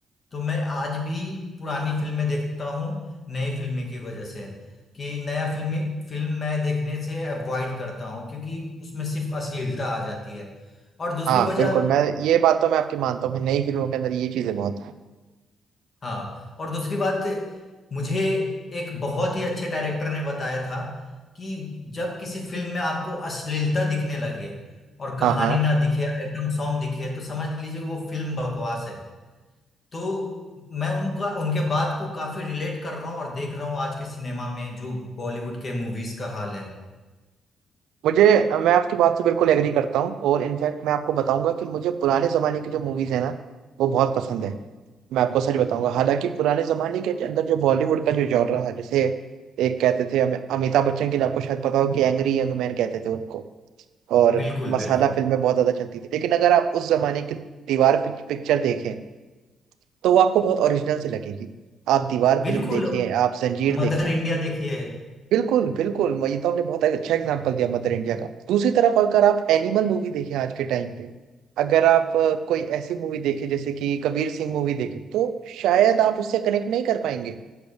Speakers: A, on the left; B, on the right.
A: तो मैं आज भी पुरानी फिल्में देखता हूँ नई फिल्में की वजह से कि नया फिल्मी फिल्म मैं देखने से अवॉइड करता हूँ क्योंकि उसमें सिर्फ अश्लीलता आ जाती है और दूसरी
B: हाँ
A: वजह
B: बिल्कुल मैं ये बात तो मैं आपकी मानता हूँ कि नई फिल्मों के अंदर ये चीजें बहुत है
A: हाँ और दूसरी बात मुझे एक बहुत ही अच्छे डायरेक्टर ने बताया था कि जब किसी फिल्म में आपको अश्लीलता दिखने लगे और कहानी
B: हाँ हाँ
A: ना दिखे आइटम सॉन्ग दिखे तो समझ लीजिए वो फिल्म बकवास है तो मैं उनका उनके बात को काफी रिलेट कर रहा हूँ और देख रहा हूँ आज के सिनेमा में जो बॉलीवुड के मूवीज का हाल है
B: मुझे मैं आपकी बात से बिल्कुल एग्री करता हूँ और इनफैक्ट मैं आपको बताऊंगा कि मुझे पुराने जमाने की जो मूवीज है ना वो बहुत पसंद है मैं आपको सच बताऊंगा हालांकि पुराने जमाने के अंदर जो बॉलीवुड का जो जॉनरा है जैसे एक कहते थे हमें अमिताभ बच्चन के लिए आपको शायद पता हो कि एंग्री यंग मैन कहते थे उनको और
A: बिल्कुल
B: मसाला
A: बिल्कुल
B: फिल्में बहुत ज्यादा चलती थी लेकिन अगर आप उस जमाने की दीवार पिक्चर देखें तो वो आपको बहुत ओरिजिनल से लगेगी आप दीवार
A: बिल्कुल
B: फिल्म देखें आप जंजीर
A: मदर
B: देखें
A: इंडिया देखिए
B: बिल्कुल बिल्कुल मैं ये तो आपने बहुत अच्छा एग्जांपल दिया मदर इंडिया का दूसरी तरफ अगर आप एनिमल मूवी देखें आज के टाइम पे अगर आप अ, कोई ऐसी मूवी देखें जैसे कि कबीर सिंह मूवी देखें तो शायद आप उससे कनेक्ट नहीं कर पाएंगे